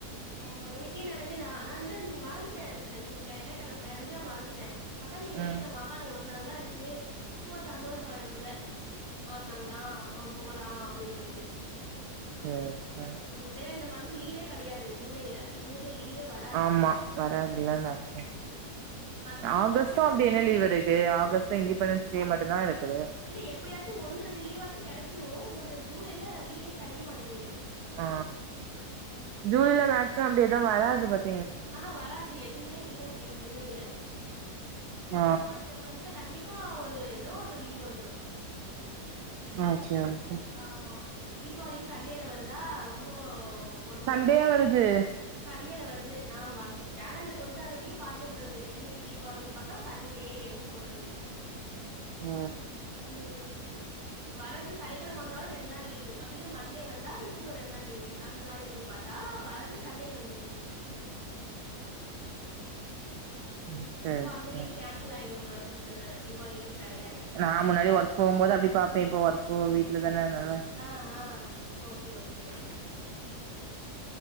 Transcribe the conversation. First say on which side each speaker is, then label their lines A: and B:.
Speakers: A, on the right; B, on the right.
A: ஆமா இன்னிக்கு நெனச்சேனா நா வந்து மறந்துட்டே இந் இன்னிக்கு கெ என்ன கெழம எல்லா மறந்துட் டே பாத்தா இன்னிக்கு வெள்ளிக்கெழம
B: ம்
A: ஆஹா இன்னு ஒரு நாள் தா இருக்கு ஒரு சந்தோஷோ எனக்குள்ள ஒரு நாள் தா ஆஹும் போலா அப்டின் சொல்லிட்டு
B: சேர் சேர்
A: ம் ஏனா இந்த மன்த்து லீவே கெடையாது ஜூலைல ஜூலைல லீவே வரா
B: ஆமா வராதுல்ல மேக்ஸ்மம்
A: மத்த மந்த்ல
B: ஆகஸ்ட்டு
A: கூட ஏதோ
B: அப்டி
A: ஒண்ணு
B: என்ன
A: ரெண்டு
B: லீவ் இருக்கு ஆகஸ்ட்டு இண்டிபெண்டன்ஸ் டே மட்டுந்தா இருக்குது
A: இல்ல எப்டியாச்சு ஒன்னு ரெண்டு லீவாச்சி கெடச்சுரு பட்டு ஜூலைல லீவே கெடைக்க மாட்டேங்கிது
B: ஆ ஜூலைல மேக்ஸ்மம் அப்டி எது வராது பாத்
A: ஆ ஆ வராது எதுவுமே இல்ல ஜீவ் ஜூலைல
B: னா
A: மன்த்த மன்த்ல கண்டிப்பா ஒரு எதோ ஒரு லீவ் வந்துரு
B: ஆ சேர் ஓகே
A: ஆமா ம் தீபாவளியு சண்டேல வருதா ரொம்போ கொடும
B: சண்டேயா
A: அது
B: வருது
A: சண்டேல வருது நா வந் கேலண்டர் கொடுத்த அன்னைக்கே பாத்துட்றது என்னைக்கு தீபாவளின் பாத்தா சண்டே அப்டினு போட்ருக்கு
B: ம்
A: ம் வரது சனிக்கெழம வந்தா கூட ரெண் நாள் லீவு அப்டி இல்ல மண்டே வந்தா இப்டி ஒரு ரெண் நாள் லீவு அந்த மாரி இருக்கு பாத் தா வரதே சண்டேல வந்துருச்சி
B: ம் சேரி
A: சோ அந்த
B: சேரி
A: லீவு கேன்சல் ஆயிரு இந்த வர்ஷத்துல இத தீபாவளி லீவ் கெடையாது
B: நா முன்னாடி ஒர்க் போம்போது அப்டி பாப்பே இப்ப ஒர்க் போ வீட்ல தான அதுனால
A: ஆ ஆ ஓகே ஓகே ஓ